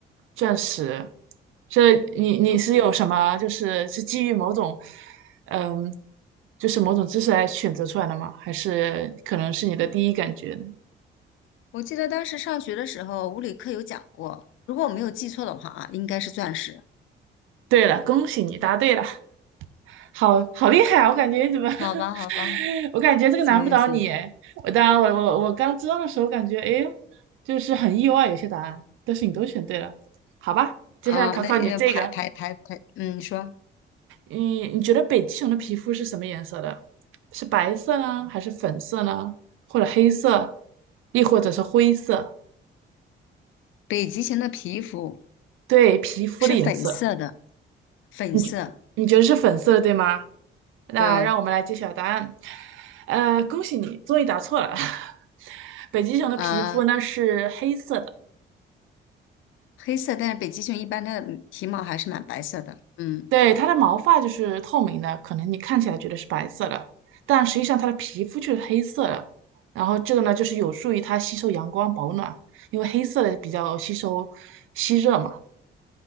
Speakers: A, on the right (about 85°); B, on the left (about 80°).
A: 钻石，这你你是有什么？
B: 如
A: 就是是基于某种，嗯，就是某种知识来选择出来的吗？还是可能是你的第一感觉呢？
B: 我记得当时上学的时候，物理课有讲过，如果我没有记错的话啊，应该是钻石。
A: 对了，恭喜你答对了，好好厉害啊！我感觉你怎么，<laughs>
B: 好吧，好吧，
A: 我感觉这个难不倒你诶。
B: 行行行，
A: 我当然，我我我刚知道的时候感觉，哎呦，就是很意外有些答案，但是你都选对了，好吧？接下来考考你这个。
B: 啊，那也排排排排，嗯，你说，
A: 嗯，你觉得北极熊的皮肤是什么颜色的？是白色呢，还是粉色呢？或者黑色，亦或者是灰色？
B: 北极熊的皮肤
A: 对，皮肤的颜色，
B: 是粉色的，粉色，
A: 你觉你觉得是粉色的，对吗？那让我们来揭晓答案。
B: 对，
A: 呃，恭喜你，终于答错了。<laughs> 北极熊的皮肤呢是黑色的。
B: 啊，黑色，但是北极熊一般它的皮毛还是蛮白色的，嗯，
A: 对，它的毛发就是透明的，可能你看起来觉得是白色的，但实际上它的皮肤就是黑色的。然后这个呢，就是有助于它吸收阳光保暖，因为黑色的比较吸收吸热嘛。